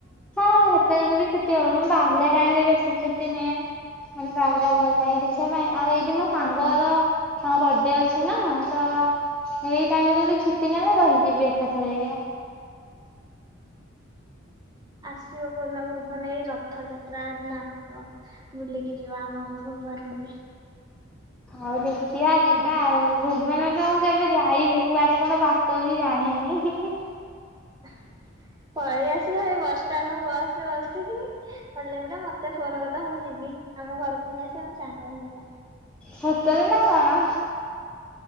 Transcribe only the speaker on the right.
ଆସିବ କୋଉ ଦିନ ଭୁବନ ଏଇ ରଥଯାତ୍ରା ଦିନ ଆସିବ। ବୁଲିକି ଯିବ ଆମ ଭୁବନ ରେ।
<inaudible> ପଳେଇ ଆସିବ ଏଇ ବସଷ୍ଟାଣ୍ଡ କୁ ବସ୍‌ରେ ବସିକି ଓଲେଇପଡିବ ମତେ ଫୋନ୍ କରିଦବ ମୁଁ ଯିବି। ଆମ ଘରକୁ ନେଇ ଆସିବା ଆମେ ସାଙ୍ଗ ହେଇକି ଯିବା।